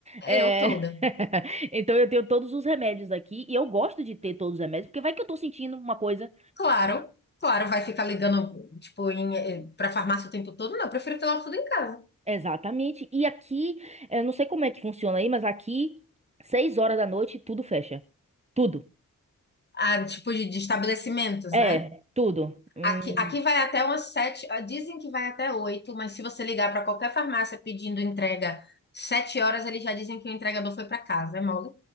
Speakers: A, on the right (about 20°); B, on the left (about 30°).
A: É...
B: eu toda.
A: <laughs> Então eu tenho todos os remédios aqui e eu gosto de ter todos os remédios, porque vai que eu tô sentindo uma coisa.
B: Claro, claro, vai ficar ligando, tipo, em, eh, pra farmácia o tempo todo? Não, eu prefiro ter logo tudo em casa.
A: Exatamente. E aqui, eu não sei como é que funciona aí, mas aqui, seis horas da noite, tudo fecha. Tudo.
B: Ah, tipo de, de estabelecimentos,
A: É,
B: né?
A: tudo. Hum,
B: Aqui, aqui vai até umas sete, ah, dizem que vai até oito, mas se você ligar para qualquer farmácia pedindo entrega sete horas, eles já dizem que o entregador foi para casa, é mole?